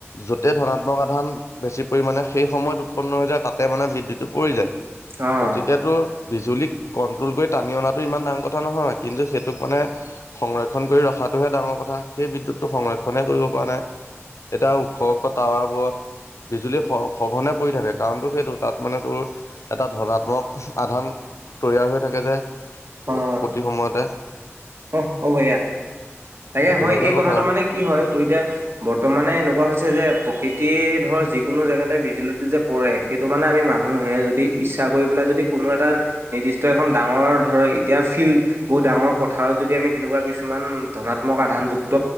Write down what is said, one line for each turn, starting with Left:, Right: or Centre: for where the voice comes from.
Left: যতে ধনাত্মক সাধান বেছি পৰিমাণে সেই সময়ত উৎপন্ন হৈ যায় তাতে মানে বিদ্যুৎটো পৰি যায়।
Right: অ',
Left: গতিকেতটো বিজুলীক কন্ট্ৰল কৰি টানি অনাত। টো ইমান ডাঙৰ কথা নহয় কিন্তু সেইটোক মানে। সংৰক্ষণ কৰি ৰখাটোহে ডাঙৰ কথা সেই বিদ্যুৎটো সংৰক্ষণহে কৰিব পৰা নাই। এতিয়া ওখ ওখ টাৱাৰ বোৰত বিজুলী স সঘনে পৰি থাকে কাৰণটো সেইটো তাত মানে তোৰ এটা ধনাত্মক আধান তৈয়াৰ হৈ থাকে যে
Right: অ',
Left: প্ৰতি সময়তে
Right: অ', হ'ব এয়া। তাকে
Left: এ তেনেকুৱা
Right: হয় এই
Left: কথা
Right: কথাটো
Left: আৰু
Right: মানে কি হয় তোৰ এতিয়া বৰ্তমানে এনেকুৱা হৈছে যে প্ৰকৃতি ধৰ যিকোনো জেগাতে বিজুলীতো যে পৰে সেইটো মানে আমি মানুহে যদি ইচ্ছা কৰি পেলাই যদি কোনো এটা নিৰ্দিষ্ট এখন ডাঙৰ ধৰ এতিয়া ফিল্ড বহুত ডাঙৰ পথাৰত যদি আমি তেনেকুৱা কিছুমান ধৰাত ধনাত্মক আধানযুক্ত